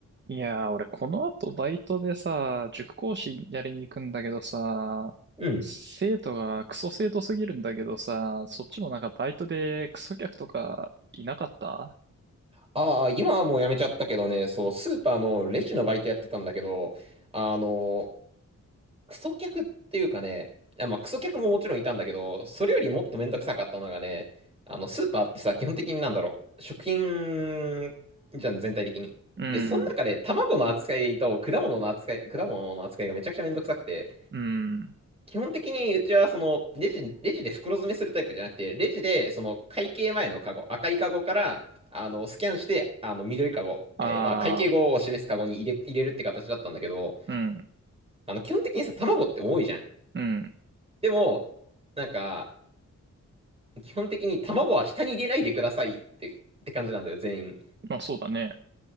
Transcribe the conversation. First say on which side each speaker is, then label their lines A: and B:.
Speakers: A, on the right; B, on the right.
A: いやー、俺この後バイトでさ、塾講師やりに行くんだけどさ、
B: うん。
A: 生徒がクソ生徒すぎるんだけどさ、そっちもなんかバイトでクソ客とかいなかった
B: ああ、今はもうやめちゃったけどね、そう、スーパーのレジのバイトやってたんだけど、あの、クソ客っていうかね、あまあ、クソ客ももちろんいたんだけど、それよりもっとめんどくさかったのがね、あの、スーパーってさ、基本的になんだろう、食品じゃん、全体的に。
A: うん、
B: で、その中で卵の扱いと果物の扱い、果物の扱いがめちゃくちゃめんどくさくて、
A: うん、
B: 基本的にうちはそのレジ、レジで袋詰めするタイプじゃなくて、レジでその会計前のカゴ、赤いカゴからあのスキャンして、あの緑カゴ、
A: あ
B: えーまあ会計後を示すカゴに入れ、入れるって形だったんだけど、
A: ー、うん、
B: あの基本的にさ、卵って重いじゃん。
A: うん、
B: でも、なんか、基本的に卵は下に入れないでくださいって、って感じなんだよ、全員。
A: まあそうだね。